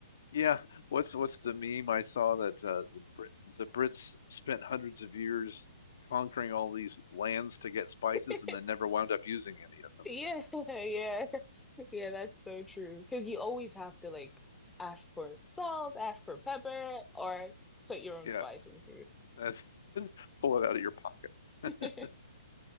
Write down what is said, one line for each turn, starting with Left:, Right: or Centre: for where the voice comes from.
Left: Yeah, what's what's the meme I saw that uh, the Brit the Brits spent hundreds of years conquering all these lands to get spices
Centre: <laughs>
Left: and then never wound up using any of them.
Centre: Yeah, <laughs> yeah. Yeah, that's so true. Because you always have to like ask for salt, ask for pepper, or put your own
Left: Yeah,
Centre: spice in food.
Left: that's, <laughs> pull it out of your pocket.
Centre: <laughs>
Left: <laughs>